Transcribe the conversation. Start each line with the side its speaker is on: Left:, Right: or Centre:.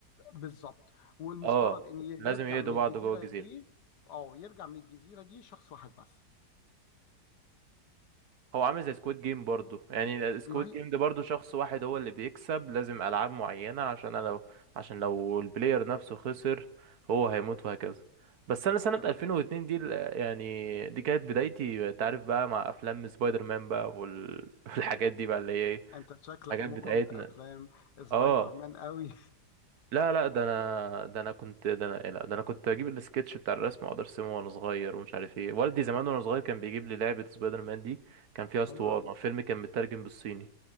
Left: بالظبط والمفترض
Right: اه
Left: ان ي- يرجع
Right: لازم يقضوا
Left: من
Right: بعض
Left: الجزيره
Right: جوه الجزيره
Left: دي اه يرجع من الجزيره دي شخص واحد بس
Right: هو عامل زي سكواد جيم برضو يعني سكواد
Left: ما هي
Right: جيم ده برضو شخص واحد هو اللي بيكسب لازم ألعاب معينة عشان أنا لو عشان لو البلاير نفسه خسر هو هيموت وهكذا بس أنا سنة
Left: تمام
Right: 2002 دي ال- يعني دي كانت بدايتي أنت عارف بقى مع أفلام سبايدر مان بقى وال- <laughs> والحاجات دي بقى اللي هي إيه
Left: انت شكلك
Right: الحاجات
Left: مغرم
Right: بتاعتنا
Left: بافلام سبايدر
Right: اه
Left: مان قوي
Right: لا لا ده انا ده انا كنت ده انا لا ده انا كنت اجيب السكتش بتاع الرسم واقعد ارسمه وانا صغير ومش عارف ايه والدي زمان وانا صغير كان بيجيب لي لعبة سبايدر مان دي كان فيها اسطوانة
Left: <laughs> حلو قوي
Right: فيلم كان مترجم بالصيني